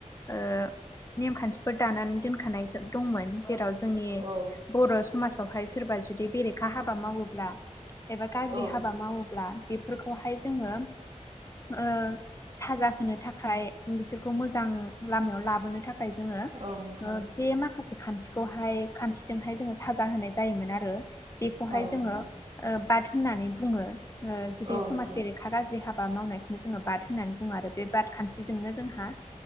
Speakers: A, on the left (about 25°); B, on the right (about 50°).
A: ओ नेमखान्थिफोर दानानै दोनखानाय दंमोन जेराव जोंनि
B: औ
A: बर' स समाजावहाय सोरबा जुदि बेरेखा हाबा मावोब्ला एबा गाज्रि
B: औ
A: हाबा मावोब्ला बेफोरखौहाय जोङो ओ‌ साजा होनो थाखाय बिसोरखौ मोजां लामायाव लाबोनो थाख खाय जोङो
B: औ नोंथां
A: बे माखासे खान्थिखौहाय खान्थिजोंहाय जोङो साजा होनाय जायोमोन आरो बेखौहाय
B: औ नोंथां
A: जोङो ओ बाद होननानै बुङो। ओ जुदि
B: औ
A: समाज
B: नोंथां
A: बेरेखा गाज्रि हाबा मावनायखौनो जोङो बाद होननानै बुङो आरो बे बाद खान्थिजोंनो जोंह हा